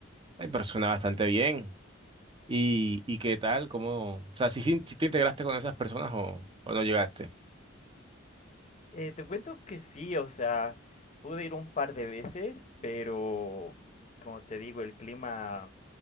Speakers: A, on the right; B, on the left.
A: Hay personas bastante bien. ¿Y, y qué tal? ¿Cómo? O sea, si, si si te integraste con esas personas o, o no llegaste?
B: Eh, te cuento que sí, o sea, pude ir un par de veces, pero como te digo, el clima